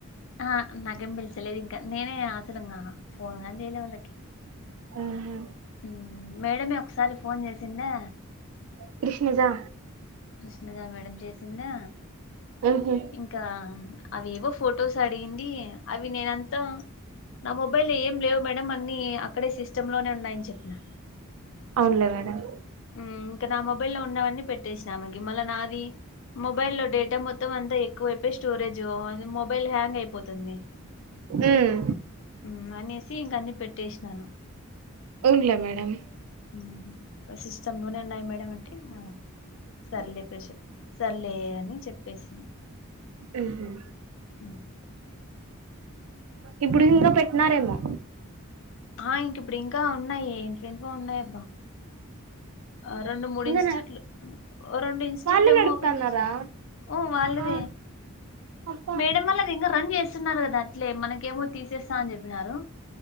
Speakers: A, on the left; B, on the right.
A: ఆ నాకేం పిలిచ తెలియదు ఇంకా నేనే ఆసలంగా ఫోన్గాని చేయలే వాళ్ళకి
B: ఆహా.
A: ఉం మేడమే ఒకసారి ఫోన్ చేసిందా
B: కృష్ణజా
A: కృష్ణజా మేడం చేసిందా
B: మ్హూ.
A: ఇంకా అవెవో ఫొటోస్ అడిగింది అవి నేనంతా నా మొబైల్ ఏం లేవు మేడంమ్ అన్ని అక్కడే సిస్టమ్ లోనే ఉన్నాయని చెప్పిన
B: అవునులే మేడం
A: ఉం ఇంకా నా మోబి మొబై లో ఉన్నవన్ని పెట్టేసినా ఆమెకి మళ నాది మొబైల్ లో డేటా మొత్త మొత్తం అంతా ఎక్కువైపోయి స్టోరేజ్ మొబైల్ హ్యాంగ్ అయిపోతుంది
B: మ్,
A: ఉం అనేసి ఇంక అన్ని పెట్టేసినాను
B: అవునులే మేడం
A: ఉం అ సిస్టమ్ లోనే అన్ని న్నాయి మేడం అంటే ఇంగ సరిలే సరిలే అని చెప్పేసింది
B: హు హమ్
A: ఉమ్.
B: ఇప్పుడు ఇంకా పెట్టినారేమో
A: ఆ ఇంక ఇప్పుడు ఇంకా ఉన్నాయి ఎంటి ఎంటి వో ఉన్నాయి అబ్బా ఆ రెండు మూడు
B: ఇంగనా
A: ఇన్స్టిట్యూట్లు రెండు ఇన్స్టిట్యూట్లు
B: వాళ్ళే
A: ఏమో
B: నడుపుతన్నారా
A: ఓపెన్ చేసినట్ ఓ వాళ్ళదే
B: ఆ అబ్బా
A: మేడం వాళ్ళు అది ఇంకా రన్ చేస్తున్నారు కదా అట్లే మనకి కేమో తీసేస్తా అని చెప్పినారు